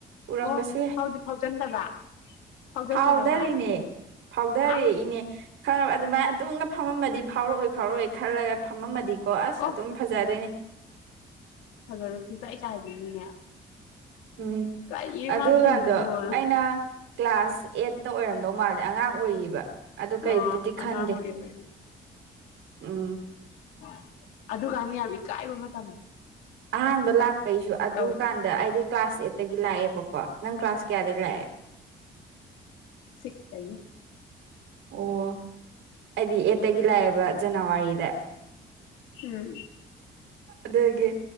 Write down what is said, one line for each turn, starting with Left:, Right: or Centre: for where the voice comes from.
Right: ꯎꯔꯝꯕꯁꯨ
Left: ꯑꯣ
Right: ꯌꯥꯏ
Left: ꯐꯥꯎꯗꯤ ꯐꯥꯎꯖꯟꯗꯕ ꯐꯥꯎꯖꯜꯂꯤꯔꯕ
Right: ꯐꯥꯎꯗꯔꯤꯅꯦ ꯐꯥꯎꯗꯔ
Left: ꯑꯁ
Right: ꯏꯅꯦ ꯈꯪꯉꯥꯕ ꯑꯗꯨꯃꯥꯏꯅ ꯑꯗꯨꯝ ꯐꯝꯃꯝꯃꯗꯤ ꯐꯥꯎꯔꯛꯑꯣꯏ ꯐꯥꯎꯔꯛꯑꯣꯏ ꯈꯜꯂꯒ ꯐꯝꯃꯝꯃꯗꯤꯀꯣ ꯑꯁ
Left: ꯑꯣ
Right: ꯑꯗꯨꯝ ꯐꯖꯗꯣꯏꯅꯦ
Left: ꯐꯖꯅ ꯄꯨꯡꯆꯥꯏ ꯆꯥꯏꯕꯤꯅꯤꯅꯦ
Right: ꯎꯝ
Left: ꯀꯔꯤ
Right: ꯑꯗꯨꯒꯥꯟꯗꯣ
Left: ꯃꯥ ꯇꯧꯔꯤꯁꯤꯕꯣ
Right: ꯑꯩꯅ ꯀ꯭ꯂꯥꯁ ꯑꯦꯠꯇ ꯑꯣꯏꯔꯝꯗꯧ ꯃꯥꯜꯂꯦ ꯑꯉꯥꯡ ꯑꯣꯏꯔꯤꯕ ꯑꯗꯨ ꯀꯩꯝꯕꯨꯗꯤ
Left: ꯑꯣ
Right: ꯈꯟꯗꯦ
Left: ꯑꯉꯥꯡ ꯑꯣꯏꯔꯤꯕꯒꯤ
Right: ꯎꯝ
Left: ꯑꯣ ꯑꯗꯨꯀꯥꯟꯗꯣ ꯌꯥꯝ ꯏꯀꯥꯏꯕ ꯃꯇꯝꯅꯤ
Right: ꯑꯍꯥꯟꯕ ꯂꯥꯛꯄꯩꯁꯨ ꯑꯗꯨ
Left: ꯇꯧꯕ
Right: ꯀꯥꯟ ꯗ ꯑꯩꯗꯤ ꯀ꯭ꯂꯥꯁ ꯑꯩꯠꯇꯒꯤ ꯂꯥꯛꯑꯦꯕꯀꯣ ꯅꯪ ꯀ꯭ꯂꯥꯁ ꯀꯌꯥꯗꯩ ꯂꯥꯛꯑꯦ
Left: ꯁꯤꯛꯁ ꯇꯒꯤ
Right: ꯑꯣ ꯑꯩꯗꯤ ꯑꯦꯠꯇꯒꯤ ꯂꯥꯛꯑꯦꯕ ꯖꯅꯋꯥꯔꯤꯗ
Left: ꯎꯝ
Right: ꯑꯗꯨꯗꯒꯤ